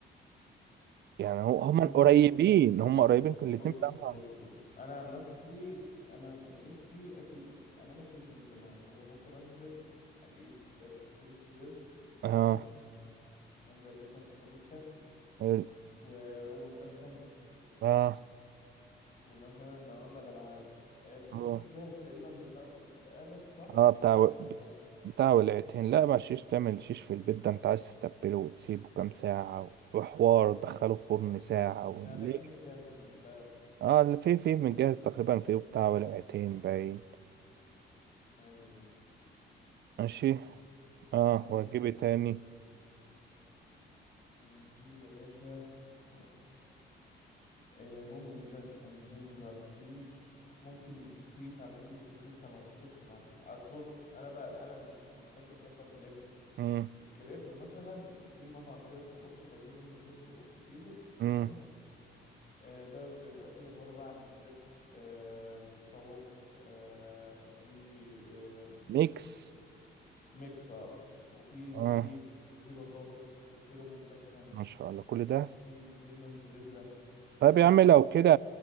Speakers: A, on the right; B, on the left.
A: يعني هو هم
B: أمم.
A: قريبين هم قريبين كل
B: بص
A: الاتنين بتاع بعض
B: بص بص انا عن نفسي انا نفسي اكل امانه كريب من زمان فانا بفكر انزل اجيب آه، كيلو ستريبس
A: اه
B: تمام وانزل اجيب خس كابوتشا
A: ال-
B: ورومي مدخن
A: اه
B: ومثلا اقول لك على حاجه آه، في
A: اه
B: شيش جاهز تقريبا بيتباع في البقاله صح
A: اه
B: ولا
A: بتاع
B: اعمل
A: و-
B: شيش في البيت
A: بتاع ولعتين لا ما شيش تعمل شيش في البيت ده انت عايز تتبله وتسيبه كام ساعة وحوار تدخله في فرن ساعة و...
B: يعني
A: ليه؟
B: اجيب من الجاهز اللي من البقاله
A: اه اللي في في متجهز تقريبا في بتاع ولعتين باين
B: حلو ده
A: ماشي اه
B: ماشي
A: واجيبه تاني
B: ونجيب يا باشا نقول لك آه رومي مدخن زنجر شيش ممكن سوسيس على فكرة السوسيس لما بيخش مع ال- أصل بص أنا بقى أنا من الشخصيات اللي بحب أكل إيه
A: مم.
B: الكريب مثلا في مطعم كده اسمه بوتش بجيب منه كريب نص كيلو
A: مم.
B: تمام آه ده بيبقى فيه عبارة بقى عن ستريبس آه شيش طاووق آه في آه
A: ميكس
B: ميكسة وفي
A: اه
B: سوسيس وفي بطاطس وفي رومي مدخن
A: ما شاء الله كل ده
B: في جبنه موزاريلا
A: طيب
B: في صوص
A: يا عم لو كده